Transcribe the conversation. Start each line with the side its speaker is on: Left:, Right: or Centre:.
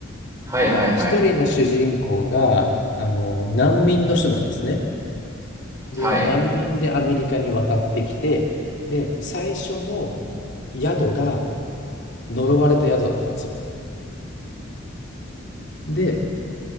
Right: はいはいはい。
Left: なんか一人の主人公が、あの、難民の人なんですね。で、
Right: はい。
Left: 難民でアメリカに渡ってきて、で、最初の宿が呪われた宿だったんですよ。で、